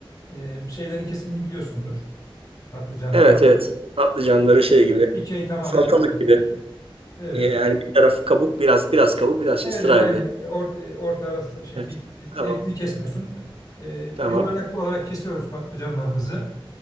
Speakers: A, on the left; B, on the right.
A: e, şeylerin kesimini biliyorsundur. Patlıcanları.
B: Evet evet. Patlıcanları şey gibi.
A: Dikey tamamen
B: Salatalık
A: kesmiyoruz.
B: gibi.
A: Evet.
B: Ee, Yani bir taraf kabuk biraz biraz kabuk biraz şey
A: Evet,
B: sırayla
A: evet aynen.
B: öyle.
A: Or, e, orta arası şey
B: Evet.
A: bir, bir-
B: Tamam.
A: hepsini kesmiyorsun. E,
B: Tamam.
A: yuvarlak olarak kesiyoruz patlıcanlarımızı.